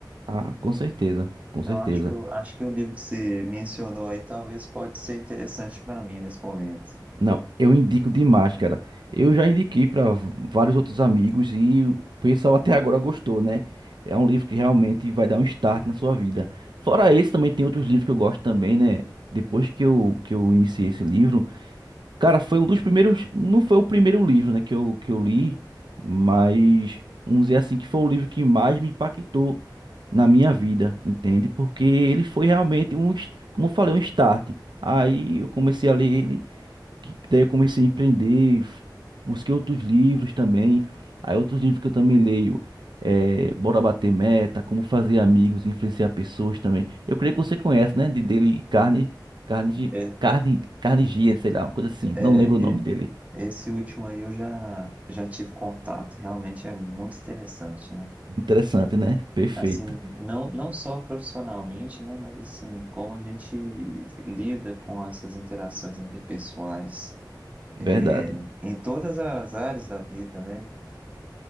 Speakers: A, on the right; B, on the right.
A: Ah, com certeza, com
B: Então,
A: certeza.
B: acho que, o- acho que o livro que você mencionou aí talvez pode ser interessante para mim nesse momento.
A: Não, eu indico demais, cara. Eu já indiquei para vários outros amigos e o pessoal até agora gostou, né? É um livro que realmente vai dar um start na sua vida. Fora esse, também tem outros livros que eu gosto também, né? Depois que eu, que eu iniciei esse livro. Cara, foi um dos primeiros. Não foi o primeiro livro, né, que eu, que eu li, mas vamos dizer assim que foi o livro que mais me impactou na minha vida, entende? Porque ele foi realmente um, como eu falei, um start. Aí eu comecei a ler ele que daí eu comecei a empreender, f- busquei outros livros também. Aí outros livros que eu também leio é Bora Bater Meta, Como Fazer Amigos, Influenciar Pessoas também. Eu creio que você conhece, né? De dele Carne, Carne, de
B: É,
A: Carne, Carnegie, sei lá, uma coisa assim.
B: é,
A: Não lembro o nome
B: e-
A: dele.
B: esse último aí eu já, já tive contato, realmente é muito interessante, né?
A: Interessante, né? Perfeito.
B: Assim, não, não só profissionalmente, né? Mas assim, como a gente lida com essas interações interpessoais, é,
A: Verdade.
B: em todas as áreas da vida, né?